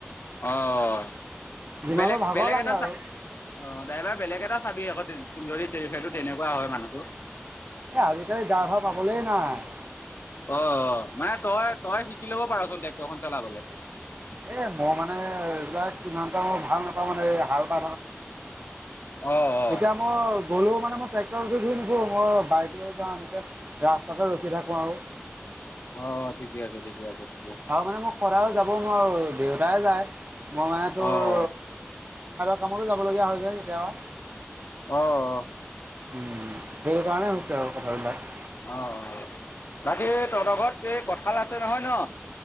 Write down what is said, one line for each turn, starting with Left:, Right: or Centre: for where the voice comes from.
Left: অ'।
Right: যিমানবোৰ
Left: বেলেগ-
Right: ভাগৰ
Left: বেলেগ
Right: লাগে
Left: এটা
Right: আৰু
Left: চা অ' ড্ৰাইভাৰ বেলেগ এটা চাবি আকৌ তে <unintelligible> সেইটো তেনেকুৱা হয়, মানুহটো
Right: এ আজিকালি ড্ৰাইভাৰ পাবলেই নাই।
Left: অ', মানে তই, তই শিকি ল'ব পাৰচোন, ট্ৰেক্টৰখন চলাবলে।
Right: এ মই মানে এইবিলাক ইমানটা মই ভাল নাপাওঁ মানে এই হাল <unintelligible>
Left: অ অ
Right: এতিয়া মই গ'লেও মানে মই ট্ৰেক্টৰ উঠি গুৰি নুফুৰো মই বাইক লৈ যাওঁ এনেকৈ ৰাস্তাতে ৰখি থাকোঁ আৰু। <inaudible>
Left: অ' ঠিকে আছে-ঠিকে আছে। ঠিকে
Right: আৰু মানে মই সদাইও যাব নোৱাৰো দেউতাই যায় মই মানে তোৰ
Left: অ
Right: <unintelligible>
Left: অ
Right: কামটো যাবলগীয়া হয় যে কেতিয়াবা।
Left: অ', অ'।
Right: উম, সেই কাৰণে হৈছে আৰু কথাবিলাক।
Left: অ', বাকী তহঁতৰ ঘৰত এই কঁঠাল আছে নহয় ন?